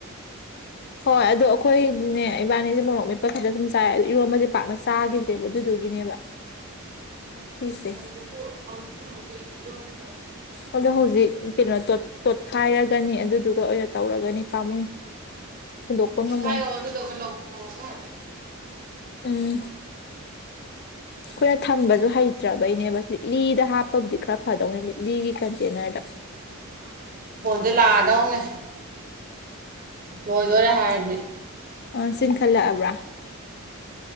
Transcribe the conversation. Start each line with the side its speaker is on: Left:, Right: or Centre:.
Left: ꯍꯣꯏ ꯑꯗꯣ ꯑꯩ ꯈꯣꯏꯗꯤꯅꯦ ꯏꯕꯥꯅꯤꯁꯦ ꯃꯣꯔꯣꯛ ꯃꯦꯠꯄ ꯈꯛꯇ ꯁꯨꯝ ꯆꯥꯏ꯫ ꯏꯔꯣꯝꯕꯁꯦ ꯄꯥꯛꯅ ꯆꯥꯈꯤꯗ꯭ꯔꯦꯕ ꯑꯗꯨꯗꯨꯒꯤꯅꯦꯕ꯫
Right: <inaudible>
Left: ꯁꯤꯁꯦ ꯑꯗꯣ ꯍꯧꯖꯤꯛ ꯀꯩꯅꯣ ꯇꯣꯠ ꯇꯣꯠꯈꯥꯏꯔꯒꯅꯤ ꯑꯗꯨꯗꯨꯒ ꯑꯣꯏꯅ ꯇꯧꯔꯒꯅꯤ ꯄꯥꯝꯃꯨꯏ꯫ ꯍꯨꯟꯗꯣꯛꯄ ꯉꯝꯃꯣꯏ
Right: ꯑꯗꯨ ꯈꯥꯏꯌꯣꯑꯣ ꯑꯗꯨꯗꯒ ꯂꯧꯊꯣꯛꯑꯣꯒ꯫
Left: ꯎꯝ ꯑꯩꯈꯣꯏꯅ ꯊꯝꯕꯁꯨ ꯍꯩꯇ꯭ꯔꯕꯩꯅꯦꯕ꯫ ꯂꯤꯛꯂꯤꯗ ꯍꯥꯞꯄꯕꯨꯗꯤ ꯈꯔ ꯐꯗꯧꯅꯤ ꯂꯤꯠꯂꯤꯒꯤ ꯀꯟꯇꯦꯅꯔꯗ꯫
Right: ꯑꯗꯨ ꯂꯥꯛꯑꯗꯧꯅꯦ꯫ ꯂꯣꯏꯗꯣꯔꯦ ꯍꯥꯏꯔꯗꯤ
Left: ꯑ ꯆꯟꯈꯠꯂꯛꯑꯕ꯭ꯔꯥ